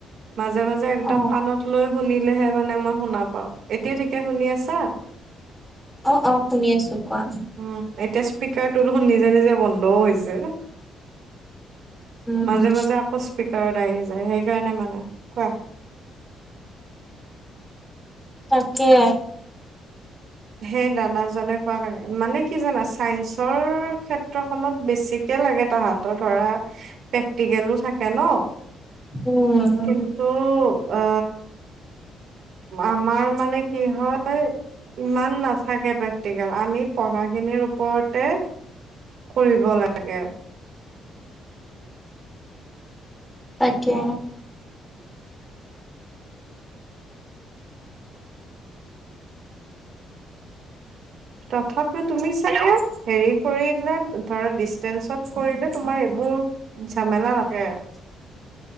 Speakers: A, on the right; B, in the centre.
A: মাজে, মাজে একদম
B: অ
A: কাণত লৈ শুনিলেহে মানে মই শুনা পাও এতিয়া ঠিকে শুনি আছা।
B: অ অ শুনি আছো কোৱা
A: উম, এতিয়া স্পীকাৰটো দেখোন নিজে - নিজে বন্ধও হৈছে।
B: উম
A: মাজে - মাজে আকৌ স্পিকাৰ কাৰ আহি যায় সেইকাৰণে মানে কোৱা?
B: তাকে।
A: সেই দাদাজনে কোৱা কাৰণে মানে কি জানা চাইন্সৰ ক্ষেত্ৰখনত বেছিকে লাগে তাহাঁতৰ ধৰা প্ৰেক্টিকেলো থাকে ন।
B: উম
A: কিন্তু আ আমাৰ মানে কি হয় ইমান নাথাকে প্ৰেক্টিকেল আমি পঢ়াখিনিৰ ওপৰতে কৰিব লাগে
B: তাকে।
A: তথাপিও তুমি চাগে হেৰি <unintelligible> কৰিলে ধৰা ডিচেঞ্চত কৰিলে তোমাৰ এইবোৰ ঝামেলা লাগে।
B: <inaudible>